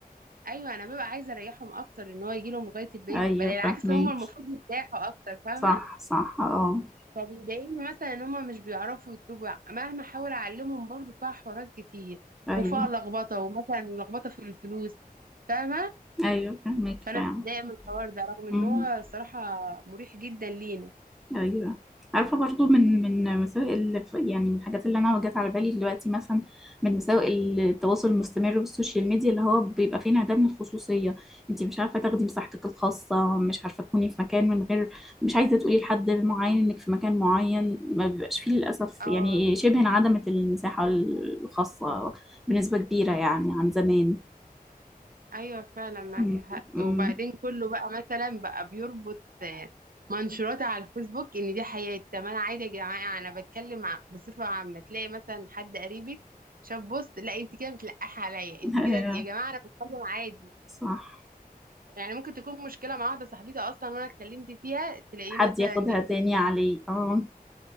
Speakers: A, on the right; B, in the centre.
A: ايوه انا ببقى عايزه اريحهم اكتر ان هو يجي لهم لغايه البيت
B: أيوة
A: بل العكس
B: فاهمك
A: هم المفروض يرتاحوا اكتر فاهمه
B: صح صح اه
A: فبيضايقني مثلا ان هما مش بيعرفوا يطلبوا مهما احاول اعلمهم برضو فيها حوارات كتير
B: أيوة
A: وفيها لخبطه ومثلا لخبطه في الفلوس فاهمه
B: ايوه فاهمك
A: فانا
B: فعلا
A: بتضايق من الحوار ده رغم ان
B: امم
A: هو صراحه مريح جدا لينا
B: ايوه عارفه برضو من من مساوئ ال- يعني من الحاجات اللي انا جت على بالي دلوقتي مثلا من مساوئ التواصل المستمر والسوشيال ميديا اللي هو بيبقى فيه انعدام من الخصوصيه انت مش عارفه تاخدي مساحتك الخاصه مش عارفه تكوني في مكان من غير مش عايزه تقولي لحد معين انك في مكان معين ما بيبقاش فيه للاسف
A: اه
B: يعني شبه انعدمت المساحه الخاصه بنسبه كبيره يعني عن زمان
A: ايوه فعلا معاكي
B: امم
A: حق
B: أمم.
A: وبعدين كله بقى مثلا بقى بيربط آه، منشورات على الفيسبوك ان دي حياتي طب انا عادي يا جماعه انا بتكلم ع- بصفه عامه تلاقي مثلا حد قريبك شاف بوست لا انت كده بتلقحي عليا
B: <laughs>
A: انت كده
B: ايوه
A: يا جماعه انا بتكلم عادي
B: صح
A: يعني ممكن تكون مشكلة مع واحدة صاحبتي أصلا وأنا اتكلمت فيها تلاقيه
B: حد
A: مثلا
B: ياخدها
A: ياخد
B: تاني
A: الكلام
B: عليه اه